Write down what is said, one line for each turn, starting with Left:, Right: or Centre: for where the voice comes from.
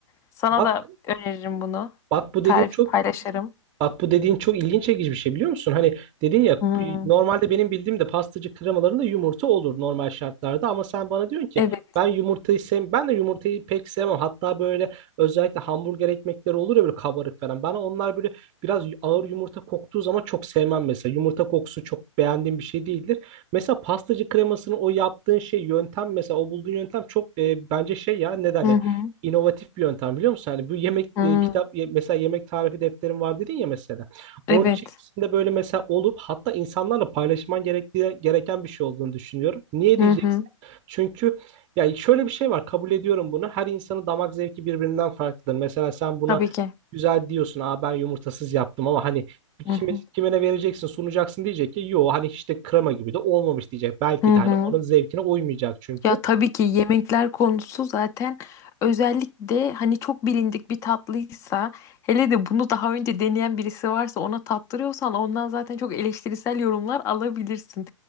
Left: Sana
Right: Bak,
Left: da öneririm bunu.
Right: bak bu
Left: Tarif
Right: dediğin çok
Left: paylaşırım.
Right: Bak bu dediğin çok ilginç çekici bir şey biliyor musun? Hani dedin ya
Left: Hmm,
Right: normalde benim bildiğim de pastacı kremalarında yumurta olur normal şartlarda ama sen bana diyorsun ki
Left: evet.
Right: ben yumurtayı sev ben de yumurtayı pek sevmem. Hatta böyle özellikle hamburger ekmekleri olur ya böyle kabarık falan. Ben onlar böyle biraz ağır yumurta koktuğu zaman çok sevmem mesela. Yumurta kokusu çok beğendiğim bir şey değildir. Mesela pastacı kremasını o yaptığın şey yöntem mesela o bulduğun yöntem çok e, bence şey ya ne derler?
Left: Hı hı.
Right: inovatif bir yöntem biliyor musun? Hani bu yemek
Left: Hmm,
Right: e, kitap ye- mesela yemek tarifi defterim var dedin ya mesela.
Left: evet.
Right: Onun içerisinde böyle mesela olup hatta insanlarla paylaşman gerektiği gereken bir şey olduğunu düşünüyorum. Niye diyeceksin?
Left: Hı hı.
Right: Çünkü ya şöyle bir şey var kabul ediyorum bunu. Her insanın damak zevki birbirinden farklıdır. Mesela sen buna
Left: Tabii ki.
Right: güzel diyorsun. Aa ben yumurtasız yaptım ama hani kime,
Left: Hı hı.
Right: kime ne vereceksin sunacaksın diyecek ki yo hani işte krema gibi de olmamış diyecek. Belki
Left: Hı
Right: de
Left: hı.
Right: hani onun zevkine uymayacak çünkü.
Left: Ya tabii ki yemekler konusu zaten özellikle hani çok bilindik bir tatlıysa hele de bunu daha önce deneyen birisi varsa ona tattırıyorsan ondan zaten çok eleştirisel yorumlar alabilirsin.